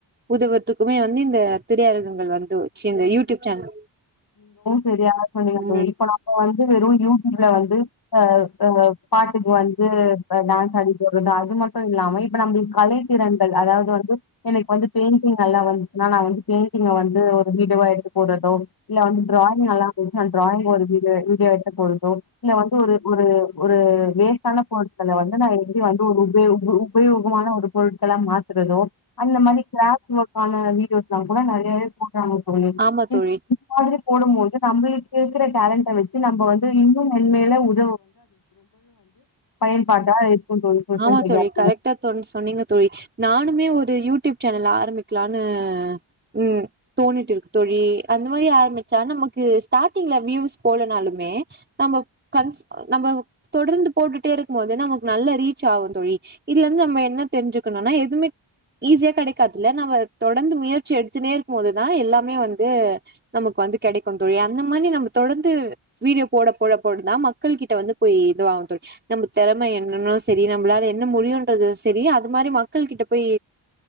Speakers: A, on the right; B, on the left.
A: உதவத்துக்குமே வந்து இந்த திரையரகங்கள் வ தோ சி இந்த யூடியூப் சேனல்
B: செரியா சொன்னிங்க தோழி
A: ம்
B: இப்ப நம்ம வந்து வெறு யூடியூப்ல வந்து அ அ பாட்டுக்கு வந்து டான்ஸ் அடி போறது அது மட்டு இல்லாம இப்ப நம்ம கலை திறன்கள் அதாவது வந்து எனக்கு வந்து பெயிண்டிங் நல்லா வந்துச்சன்னா நா வந்து பெயிண்டிங்க வந்து ஒ வீடியோவா எடுத்து போறதோ இல்ல வந்து டிராயிங் நல்லா செஞ்சு அந்த டிராயிங் ஒரு வீடியோ எடுத்து போறதோ இல்ல வந்து ஒரு ஒரு ஒரு வேஸ்டான பொருட்கள வந்து நா எப்டி வந்து ஒரு உப உபயோகமான ஒரு பொருட்களா மாத்துறதோ அந்த மாதிரி கிராப்ட் ஒர்கான வீடியோஸ் நாங்க கூட நிறையவே தாங்க தோழி
A: ஆமா தோழி
B: இது மாதிரி போடும் போது நம்மளுக்குக்கிற டேலண்ட வச்சு நம்ம வந்து இன்னும் மென் மேலும் உய் பயன்பாட்டா இருக்கும் தோழி சோஷியல்
A: ஆமா
B: மீடியா
A: தோழி
B: அப்படிங்கிறது.
A: கரக்டா தோ சொன்னீங்க த தோழி நானுமே ஒரு யூடியூப் சேனல் ஆரம்பிக்கலான்னு ம் தோணிட்டு இருக்கு தோழி அந்த மாதிரி ஆரம்பிச்சா நமக்கு ஸ்டார்டிங்ல வியூஸ் போலனாலுமே நம்ம கன்ஸ் நம்ம தொடர்ந்து போட்டுட்டே இருக்கும் போது நமக்கு நல்ல ரீச் ஆவுந் தோழி இதுல இருந்து நம்ம என்ன தெரிஞ்சுக்கணுனா எதுவுமே ஈஸியா கெடைக்காதுல நாம்ப தொடர்ந்து முயற்சி எடுத்துன்னே இருக்கும் போதுதான் எல்லாமே வந்து நமக்கு வந்து கெடைக்கு தோழி அந் இந்த மாரி நம்ம தொடந்து வீடியோ போட போட போட தா மக் கள் கிட்ட வந்து போய் இதுவாகு தோழி நம்ம தெறம என்னன்னு சரி நம்மளால என்ன முடியுன்றது சரி அது மாரி மக்கள் கிட்ட போய்